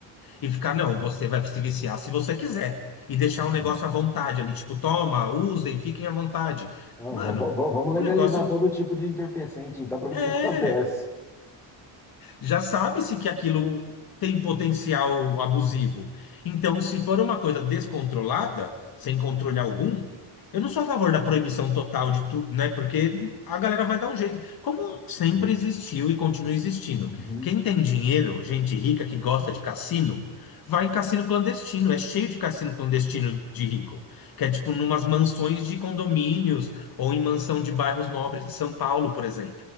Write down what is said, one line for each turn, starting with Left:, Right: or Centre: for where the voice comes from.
Left: e ficar, não,
Centre: Hum,
Left: você vai se viciar se você quiser e deixar o negócio
Centre: hum.
Left: à vontade ali, tipo, toma, usem, fiquem à vontade.
Centre: Ah, va-
Left: Mano,
Centre: va- va- vamos legalizar
Left: o negócio
Centre: todo tipo de entorpecente, então, para ver
Left: é
Centre: o que que acontece.
Left: já sabe-se que aquilo tem potencial abusivo. Então, se for uma coisa descontrolada, sem controle algum, eu não sou a favor da proibição total de tudo, né? Porque a galera vai dar um jeito. Como sempre existiu e continua existindo.
Centre: Uhum.
Left: Quem tem dinheiro, gente rica que gosta de cassino, vai em cassino clandestino. É cheio de cassino clandestino de rico. Que é tipo numas mansões de condomínios ou em mansão de bairros nobres de São Paulo, por exemplo.